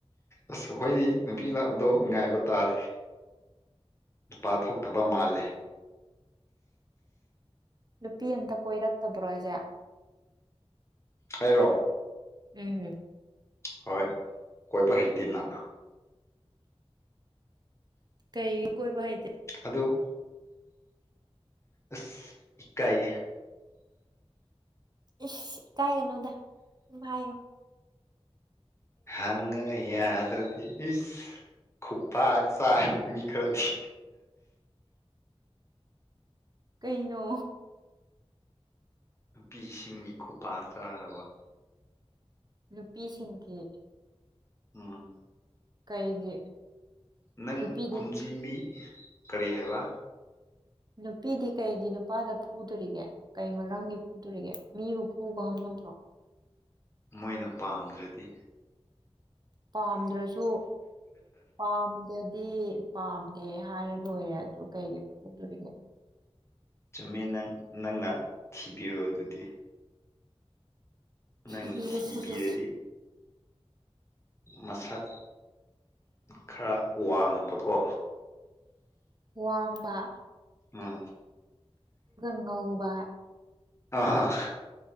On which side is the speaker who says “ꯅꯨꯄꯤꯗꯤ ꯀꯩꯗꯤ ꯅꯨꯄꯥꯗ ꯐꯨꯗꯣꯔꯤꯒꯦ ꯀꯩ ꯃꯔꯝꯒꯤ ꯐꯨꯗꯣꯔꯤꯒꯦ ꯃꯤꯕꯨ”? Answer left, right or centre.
Right